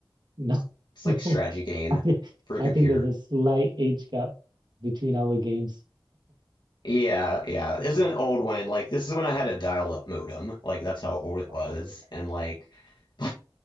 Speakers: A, on the right; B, on the left.
A: no, <laughs>
B: It's
A: no.
B: like strategy game
A: I think
B: for the
A: I
B: computer.
A: think there's a slight age gap between our games.
B: Yeah, yeah. This
A: And
B: is an
A: uh,
B: old one. Like this is when I had a dial-up modem. Like that's how old it
A: oh,
B: was.
A: damn,
B: And like, <laughs>